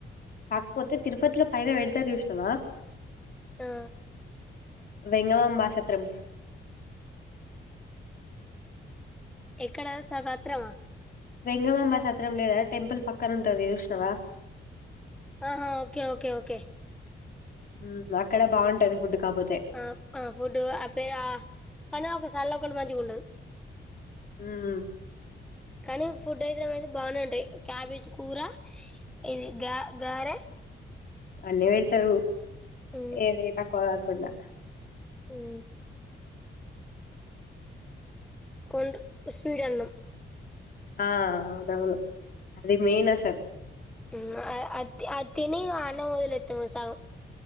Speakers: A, on the left; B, in the centre.
A: కాకపోతే తిరుపతిలో పైన పెడతారు. చూసినవ
B: ఆ
A: వెంగమాంబా సత్రం
B: ఎక్కడ స సత్రమా
A: వెంగమ్మమ్మ సత్రం లేదా టెంపుల్ పక్కన ఉంటది. చూసినవా
B: ఆహా ఓకే ఓకే ఓకే
A: హ్ అక్కడ బాగుంటది. ఫుడ్ కాపోతే
B: ఆ ఆ ఫుడ్ అ పే ఆ కానీ ఒక సల్ల ఒకటి మం ఉండదు
A: హ్
B: కానీ ఫుడ్ అయితే ఏమైతే బాగనే ఉంటాయి. క్యాబేజ్ కూర ఇది గ గారె
A: అన్నీ పెడతారు
B: మ్మ్
A: ఏది తక్కువ గాకుండా
B: హ్ కొండు స్వీటన్నం
A: ఆ అవునవును అది మెయిన్ అసలు
B: హ్మ్ ఆ అది అది తిని అన్నం వదిలేస్తుంది సగం